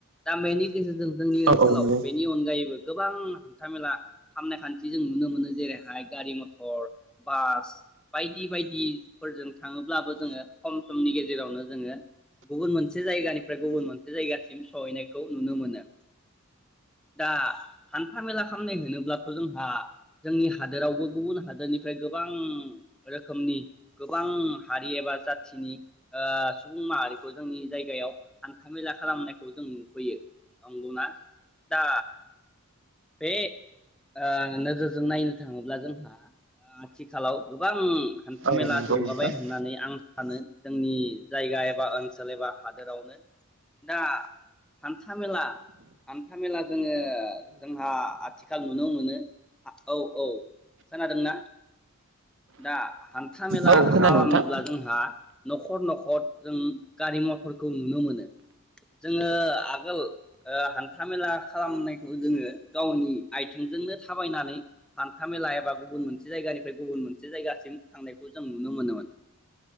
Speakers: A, in the centre; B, on the right.
A: दा बेनि नि गेजेरजों जोंनि ओनसोलाव
B: औ औ नंगौ
A: बेनि अनगायैबो। गोबां हान्थामेला खामनाय खान्थि। जों नुनो मोनो जेरैहाय गारि मथर बास बायदि बायदिफोरजों थाङोब्लाबो जोङो खम समनि गेजेरावनो जोङो गुबुन मोनसे जायगानिफ्राय गुबुन मोनसे जायगासिम सहैनायखौ नुनो मोनो दा हान्थामेला खालामनाय होनोब्लाथ' जोंहा जोंनि हादोरावबो गुबुन हादोरनिफ्राय गोबां रोखोमनि गोबां हारि एबा जाथिनि ओ सुबुं माहारिखौ जोंनि जायगायाव हान्था मेला खालामनायखौ जों नुफैयो नंगौना दा बे ओ नोजोरजों नायनो थाङोब्ला जोंहा आथिखालाव गोबां हान्थामेला
B: औ नंगौ
A: जौगाबाय
B: नोंथां
A: होननानै आं सानो जोंनि जायगा एबा ओनसोल एबा हादोरावनो दा हान्था मेला हान्था मेला जोङो। जोंहा आथि खाल नुनो मोनो औ औ खोनादोंना दा। हान्था मेला
B: औ खोनादों
A: खालामनोब्ला
B: नोंथां।
A: जोंहा न'खर न'खर। जों गारि मथरखौ नुनो मोनो जोङो आगोल ओ हान्था मेला खालामनायखौ जोङो गावनि आथिंजोंनो थाबायनानै हान्थामेला एबा गुबुन मोनसे जायगानिफ्राय गुबुन मोनसे जायगासिम थांनायखौ जों नुनो मोनोमोन।